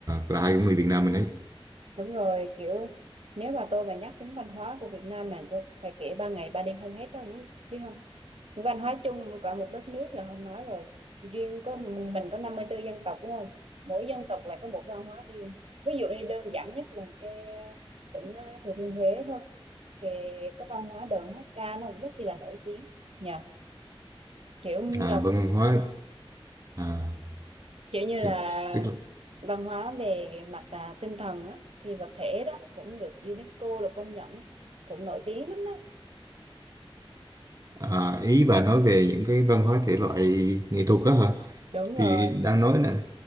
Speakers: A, on the right; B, on the right.
A: là hay của người Việt Nam mình đấy
B: Đúng rồi, kiểu nếu mà tôi mà nhắc đến văn hóa của Việt Nam mà tôi phải kể ba ngày ba đêm không hết đâu, không biết biết không? Văn hóa chung cả một đất nước là không nói rồi. Riêng có mình, mình có năm mươi tư dân tộc đúng không? Mỗi dân tộc lại có một văn hóa riêng. Ví dụ như đơn giản nhất là cái tỉnh ờ, Thừa Thiên Huế thôi. Thì cái văn hóa đờn hát ca nó cũng rất chi là nổi tiếng. Nhờ, kiểu
A: à,
B: là
A: văn
B: một
A: hóa à,
B: kiểu như
A: tức-
B: là
A: tức là-
B: văn hóa về mặt à, tinh thần á, phi vật thể đó cũng được UNESCO là công nhận á, cũng nổi tiếng lắm đấy
A: à, ý bà nói về những cái văn hóa thể loại nghệ thuật đó hả
B: đúng rồi
A: thì đang nói nè